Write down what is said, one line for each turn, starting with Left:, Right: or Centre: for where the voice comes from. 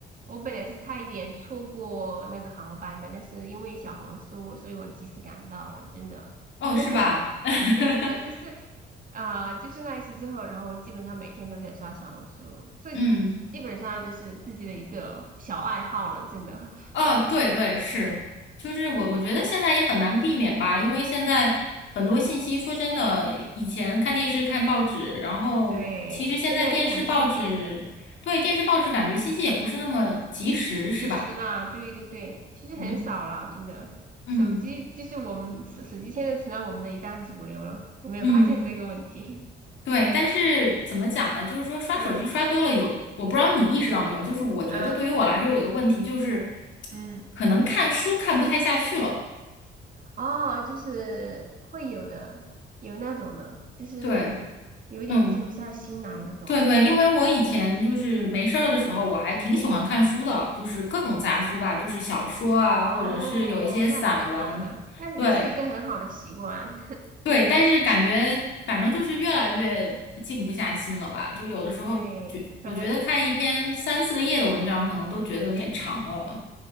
Right: 我本来是差一点错过那个航班的，但是因为小红书，所以我及时赶到了，真的。<laughs>
Left: 哦，是吧？
Right: 是的，
Left: <laughs>
Right: 是的，就是啊、就是那一次之后，然后我基本上每天都在刷小红书，所以基本上就是自己的一个小爱好了，
Left: 嗯，
Right: 真的。
Left: 哦，对对是，就是我我觉得现在也很难避免吧，因为现在很多信息，说真的，以前看电视、看报纸，然后其实现在电视、
Right: <laughs> 对，现在就很方便的。
Left: 报纸，对，电视、报纸感觉信息也不是那么及时，
Right: 及时啦，
Left: 是吧？
Right: 对对对，其实很少啦，
Left: 嗯
Right: 真的。
Left: 嗯
Right: 手机就是我们手手机现在成了我们的一大主流了，有没有发现这个问题？
Left: 嗯。对，但是怎么讲呢？就是说刷手机刷多了有，
Right: <laughs> 嗯
Left: 我不知道你意识到没有，就是我觉得对于我来说有个问题就是，
Right: 嗯嗯，
Left: 可能看书看不太下去了。
Right: 哦，就是会有的，有那种的，就是有点静不下心来这种的。
Left: 对，嗯，对对，因为我以前就是没事儿的时候，我还挺喜欢看书的，就是各种杂书吧，就是小说啊，
Right: 哦，
Left: 或者是有一些散文。
Right: 那挺好的，那那是一个很好的习惯。
Left: 对对，但是感觉反正就是越来越静不下心了吧，就有的时候就我觉得看一篇三四个页的文章，
Right: <laughs> 对，可能。
Left: 可能都觉得有点长了。